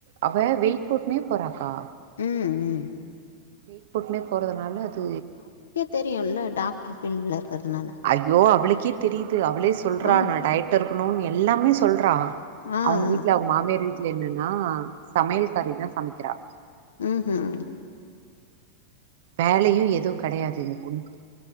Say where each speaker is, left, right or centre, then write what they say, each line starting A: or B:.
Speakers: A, on the right; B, on the left.
A: அவ வெயிட் போட்னே போறாக்கா
B: ம் ம்
A: வெயிட் போட்டுனே போறதுனால அது
B: தெரியும் இல்ல டாக்டர் ஃபீல்ட்ல இருக்கிறதுனால
A: ஐயோ அவளுக்கே தெரியுது அவளே சொல்றா
B: ஆ
A: நா டயக்ட் இருக்கணும்னு எல்லாமே சொல்றா
B: ஆ
A: அவங்க
B: ஆ
A: வீட்ல அவங்க மாமியார் வீட்ல என்னன்னா சமையல் காரிதா சமைக்கிறா
B: ம் ம்
A: வேலையு எதுவு கிடையாது இந்த பொண்ணுக்கு